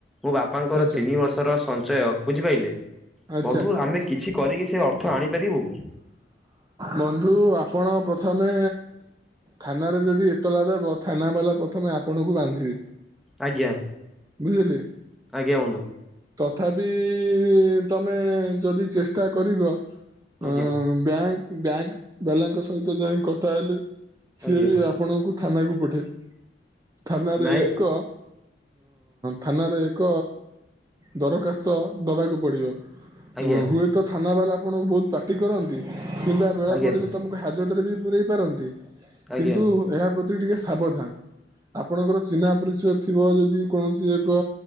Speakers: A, in the centre; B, on the right (about 20°).
A: ମୋ ବାପାଙ୍କର
B: ଆଚ୍ଛା
A: ତିନି ବର୍ଷର ସଞ୍ଚୟ ବୁଝିପାରିଲେ।
B: ଆଚ୍ଛା
A: ବନ୍ଧୁ ଆମେ କିଛି କରିକି ସେ ଅର୍ଥ ଆଣିପାରିବୁ।
B: ବନ୍ଧୁ ଆପଣ ପ୍ରଥମେ ଥାନାରେ ଯଦି ଏତଲା ଦେବ ଥାନା ବାଲା ପ୍ରଥମେ ଆପଣଙ୍କୁ ବାନ୍ଧିବେ।
A: ଆଜ୍ଞା
B: ବୁଝିଲେ।
A: ଆଜ୍ଞା ବନ୍ଧୁ।
B: ତଥାପି ତମେ ଯଦି ଚେଷ୍ଟା କରିବ
A: ଆଜ୍ଞା
B: ଆଁ ବ୍ୟାଙ୍କ ବ୍ୟାଙ୍କ ବାଲାଙ୍କ ସହିତ ଯାଇ କଥା ହେଲେ ସିଏ
A: ଆଜ୍ଞା
B: ବି ଆପଣଙ୍କୁ ଥାନାକୁ ପଠେଇ ଥାନାରେ
A: ନାଇଁ
B: ଏକ ଥାନାରେ ଏକ ଦରଖାସ୍ତ ଦେବାକୁ ପଡ଼ିବ।
A: ଆଜ୍ଞା
B: ହୁଏତ ଥାନା ବାଲା ଆପଣଙ୍କୁ ବହୁତ ପାଟି କରନ୍ତି କିମ୍ବା ବେଳ
A: ଆଜ୍ଞା।
B: ପଡିଲେ ତମକୁ ହା ଜତରେ ବି ପୁରଇ ପାରନ୍ତି
A: ଆଜ୍ଞା
B: କିନ୍ତୁ ଏହା ପ୍ରତି ଟିକେ ସାବଧାନ ଆପଣଙ୍କର ଚିହ୍ନା ପରିଚୟ ଥିବ ଯଦି କୌଣସି ଏକ